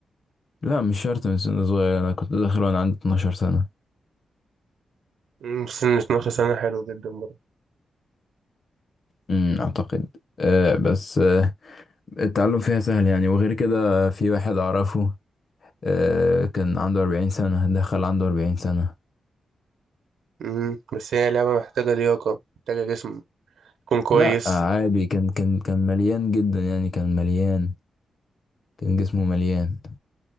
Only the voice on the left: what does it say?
لا مش شرط من سن صغير انا كنت داخل وانا عندي 12 سنة
مم، اعتقد آه بس آه، التعلم فيها سهل يعني وغير كده في واحد أعرفه آه، كان عنده أربعين سنة دخل عنده أربعين سنة
لا عادي كان كان كان مليان جدا يعني كان مليان كان جسمه مليان